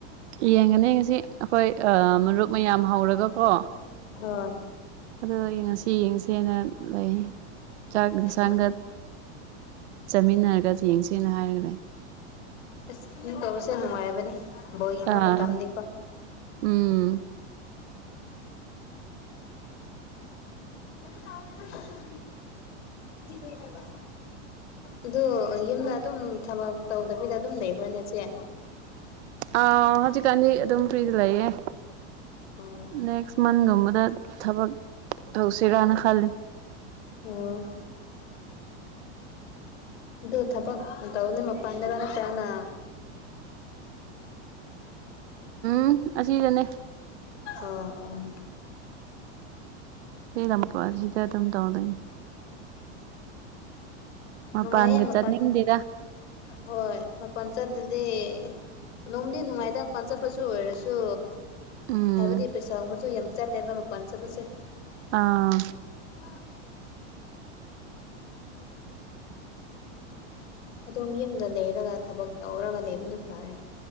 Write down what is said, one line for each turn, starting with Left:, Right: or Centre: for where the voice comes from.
Right: ꯌꯦꯡꯒꯅꯤ ꯉꯁꯤ ꯑꯩꯈꯣꯏ ꯃꯔꯨꯞ ꯃꯌꯥꯝ ꯍꯧꯔꯒꯀꯣ
Left: ꯍꯣꯏ
Right: ꯑꯗꯨꯒꯤ ꯉꯁꯤ ꯌꯦꯡꯁꯦꯅ ꯂꯩ ꯆꯥꯛ ꯌꯦꯟꯁꯥꯡꯒ
Left: ꯍꯣꯏ
Right: ꯆꯥꯃꯤꯟꯅꯔꯒ ꯌꯦꯡꯁꯦꯅ ꯍꯥꯏꯔꯒ ꯂꯩ
Left: ꯑꯁ ꯏ ꯇꯧꯕꯁꯦ ꯌꯥꯝ ꯅꯨꯡꯉꯥꯏꯕꯅꯦ ꯕꯧ ꯌꯦꯡꯕ
Right: ꯑꯥ
Left: ꯃꯇꯝꯅꯤꯀꯣ
Right: ꯎꯝ
Left: ꯀ ꯆꯗꯤꯄ ꯁ ꯑꯗꯨ ꯌꯨꯝꯗ ꯑꯗꯨꯝ ꯊꯕꯛ ꯇꯧꯗꯕꯤꯗ ꯑꯗꯨꯝ ꯂꯩꯕ꯭ꯔꯥꯅꯦꯆꯦ
Right: ꯑ ꯍꯧꯖꯤꯛꯀꯥꯟꯗꯤ ꯑꯗꯨꯝ ꯐ꯭ꯔꯤꯗ ꯂꯩꯌꯦꯦ
Left: ꯑꯣ
Right: ꯅꯦꯛꯁ ꯃꯟꯒꯨꯝꯕꯗ ꯊꯕꯛ ꯇꯧꯁꯤꯔꯅ ꯈꯜꯂꯤ
Left: ꯑꯣ ꯑꯗꯨ ꯊꯕꯒꯅꯤꯄ ꯑꯗꯔꯅ ꯆꯅ
Right: ꯎꯝ ꯑꯁꯤꯗꯅꯦ
Left: ꯑꯥ ꯑꯥ
Right: ꯁꯤ ꯂꯝꯝꯄꯔꯁꯤꯗ ꯑꯗꯨꯝ ꯇꯧꯗꯅꯤ ꯃꯄꯥꯟꯒ
Left: ꯎꯝꯅꯨꯡꯉꯃꯄ
Right: ꯆꯠꯅꯤꯡꯗꯦꯗ
Left: ꯍꯣꯏ ꯃ ꯄ ꯆꯟꯗꯗꯤ ꯅꯣꯡꯃꯗꯤ ꯅꯨꯡꯉꯥꯏꯇ ꯄꯟ ꯆꯠꯄꯁꯨ ꯑꯣꯏꯔꯁꯨ
Right: ꯎꯝ
Left: ꯍꯥꯏꯕꯗꯤ ꯄꯩꯁꯥꯒꯨꯝꯕꯁꯨ ꯌꯥꯝ ꯆꯠꯂꯦꯕ ꯃꯄꯥꯟ ꯆꯠꯄꯁꯦ
Right: ꯑꯥ
Left: ꯑ ꯑꯗꯨꯝ ꯌꯨꯝꯗ ꯂꯩꯔꯒ ꯊꯕꯛ ꯇꯧꯔꯒ ꯂꯩꯕꯅ ꯐꯔꯦ